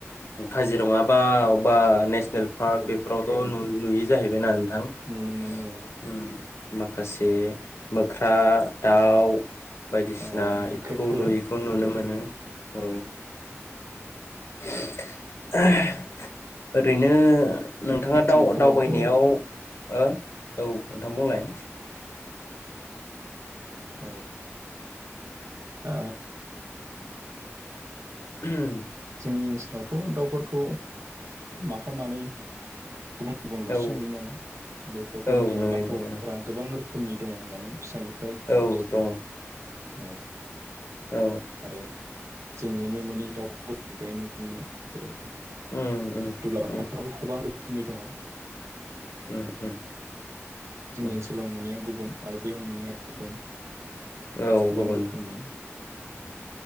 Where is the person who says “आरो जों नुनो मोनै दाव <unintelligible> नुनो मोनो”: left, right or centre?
Right